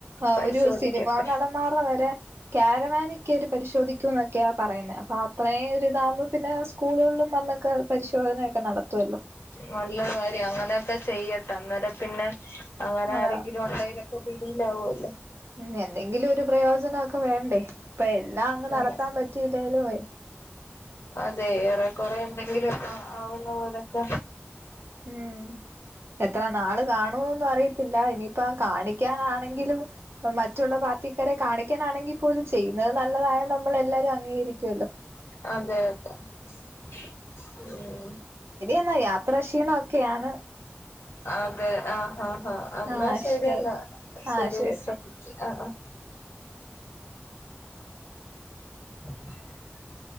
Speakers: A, on the right (about 75°); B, on the left (about 85°).
A: അ
B: പരിശോധിക്കട്ടെ
A: ഒരു സിനിമാ നടന്മാരെ വരെ ക്യാരവാനിൽ കേറി പരിശോധിക്കൂ ന്നൊക്ക്യ പറയുന്നെ അ അത്രേ ഒരിതാവകുമ്പോ പിന്നെ സ്കൂളുകളിലും വന്നൊക്കെ പരിശോധനയൊക്കെ നടത്തുവല്ലോ
B: നല്ല കാര്യം അങ്ങനെയൊക്കെ ചെയ്യട്ടെ അന്നേരം പിന്നെ അങ്ങനെ
A: അതാ
B: ആരെങ്കിലും ഉണ്ടെലൊക്കെ പിടില്ലാവല്ലോ
A: ഉം എന്തെങ്കിലും ഒരു പ്രയോജനൊക്കെ വേണ്ടേ അപ്പ എല്ലാം അങ്ങ് നടത്താൻ
B: ഉം
A: പറ്റി <unintelligible>
B: അതെ ഏറെ കൊറെ എന്തെങ്കിലും ആവുന്ന പോലൊക്കെ
A: ഉം എത്ര നാള് കാണൂന്നും അറിയത്തില്ല ഇനിയിപ്പ കാണിക്കാനാണെങ്കിലും മറ്റുള്ള പാർട്ടിക്കാരെ കാണിക്കാനാണെങ്കിൽ പോലും ചെയ്യുന്നത് നല്ലതായത് കൊണ്ട് നമ്മൾ എല്ലാരും അംഗീകരിക്കൊല്ലോ
B: അതെ അതെ ഉം
A: <unintelligible> യാത്രാ ക്ഷീണൊക്കാണ്
B: അതെ ആ ആ ആ എന്നാ
A: ആഹ്
B: ശെരി
A: ശരി
B: എന്ന എന്നാ ശെരി
A: ആഹ് ശരി
B: വിശ്രമിക്ക ആ അ <unintelligible>